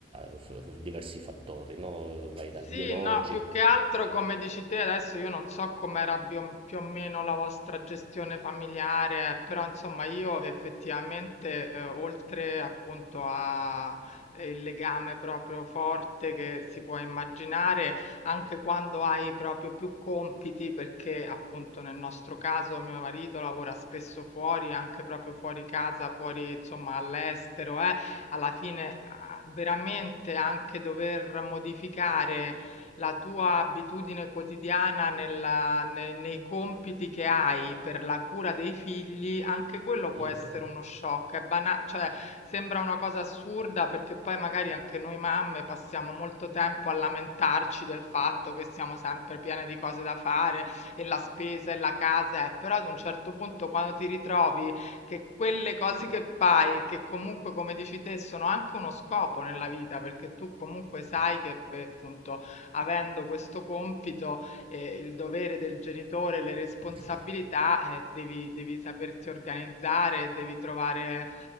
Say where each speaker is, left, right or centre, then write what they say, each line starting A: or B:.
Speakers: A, on the right; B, on the left.
A: eh, f- f- diversi fattori, no? Vai dal biologico.
B: Sì, no, più che altro come dici te adesso io non so com'era bio- più o meno la vostra gestione familiare, eh, però insomma io effettivamente eh, oltre appunto a eh, il legame proprio forte che si può immaginare, anche quando hai proprio più compiti, perché appunto nel nostro caso mio marito lavora spesso fuori, anche proprio fuori casa, fuori insomma all'estero, eh alla fine a- veramente anche dover modificare la tua abitudine quotidiana nella- ne- nei compiti che hai per la cura dei figli, anche quello può
A: <laughs>
B: essere uno shock. È bana- cioè, sembra una cosa assurda perché poi magari anche noi mamme passiamo molto tempo a lamentarci del fatto che siamo sempre piene di cose da fare e la spesa e la casa, eh, però ad un certo punto quando ti ritrovi che quelle cose che fai, che comunque come dici te sono anche uno scopo nella vita, perché tu comunque sai che eh, appunto avendo questo compito, eh, il dovere del genitore, le responsabilità,
A: Mhm.
B: eh, devi, devi saperti organizzare, devi trovare...